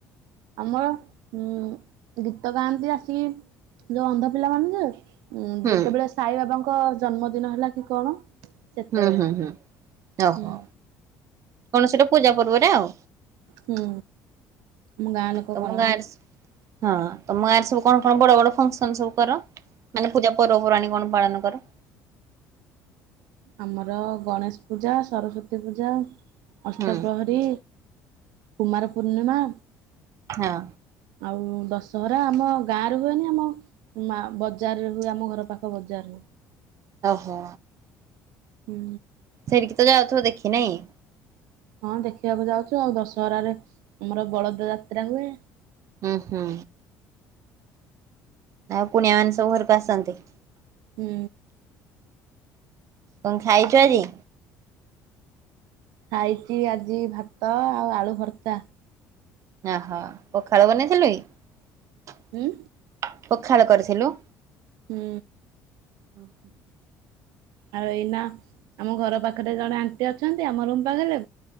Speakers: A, on the right; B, on the right.
A: ଆମର ଉଁ ଗୀତ ଗାଆନ୍ତି ଆସି ଯୋଉ ଅନ୍ଧ ପିଲାମାନ ଯେ
B: ହୁଁ
A: ଯେତେବେଳେ ସାଇ ବାବାଙ୍କ ଜନ୍ମଦିନ ହେଲା କି କଣ। ସେତେବେଳେ
B: ହୁଁ ହୁଁ ହୁଁ ଓହୋ
A: ହୁଁ
B: କଣ ସେଟା ପୂଜା ପର୍ବରେ ଆଉ
A: ହୁଁ ଆମ ଗାଁ ଲୋକ
B: ତମ
A: କରନ୍ତି
B: ଗାଁ ହଁ ତମ ଗାଁରେ ସବୁ କଣ କଣ ବଡ ବଡ ଫଙ୍କସନ ସବୁ କର? ମାନେ ପୂଜା ପର୍ବାଣି କଣ ପାଳନ କର?
A: ଆମର ଗଣେଶ ପୂଜା, ସରସ୍ଵତୀ ପୂଜା, ଅଷ୍ଟପ୍ରହରୀ
B: ହୁଁ
A: କୁମାର ପୂର୍ଣ୍ଣିମା
B: ହଁ
A: ଆଉ ଦଶହରା ଆମ ଗାଁରୁ ହୁଏନି ଆମ ମା ବଜାରରେ ହୁଏ ଆମ ଘର ପାଖ ବଜାରରୁ
B: ଓ ହୋ।
A: ହୁଁ
B: ସେଠିକି ତ ଯାଉଥିବ ଦେଖିନାଇଁ
A: ହଁ ଦେଖିବାକୁ ଯାଉଛୁ ଆଉ ଦଶହରାରେ ଆମର ବଳଦ ଯାତ୍ରା ହୁଏ।
B: ହୁଁ ହୁଁ ଆଉ କୁଣିଆ ମାନେ ସବୁ ଘରକୁ ଆସନ୍ତି।
A: ହୁଁ
B: କଣ ଖାଇଚ ଆଜି?
A: ଖାଇଛି ଆଜି ଭାତ ଆଉ ଆଳୁ ଭର୍ତ୍ତା।
B: ଓହୋ ପଖାଳ ବନେଇଥିଲୁ କି?
A: ହୁଁ
B: ପଖାଳ କରିଥିଲୁ?
A: ହୁଁ
B: ଓ ହୋଁ
A: ଆଉ ଏଇନା ଆମ ଘର ପାଖରେ ଜଣେ ଆଣ୍ଟି ଅଛନ୍ତି ଆମ ରୁମ୍ ତଳିବେ